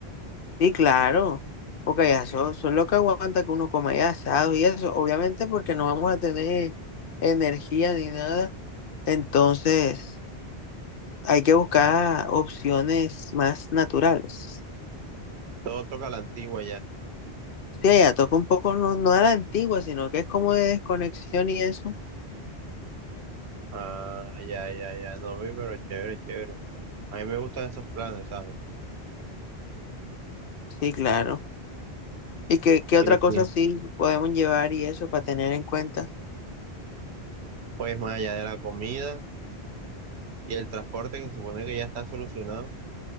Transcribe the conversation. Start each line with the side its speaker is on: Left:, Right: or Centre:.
Left: Sí, claro, porque ya son, son lo que aguanta que uno coma ya asado y eso, obviamente porque no vamos a tener energía ni nada, entonces hay que buscar opciones más naturales.
Right: Todo toca a la antigua ya.
Left: Sí, ya toca un poco, no, no a la antigua, sino que es como de desconexión y eso.
Right: Ah, ya, ya, ya, no, ve, pero chévere, chévere. A mí me gustan esos planes, ¿sabes?
Left: Sí, claro. ¿Y qué, qué
Right: Sí,
Left: otra cosa
Right: sí.
Left: sí podemos llevar y eso para tener en cuenta?
Right: Pues más allá de la comida. Y el transporte que se supone que ya está solucionado,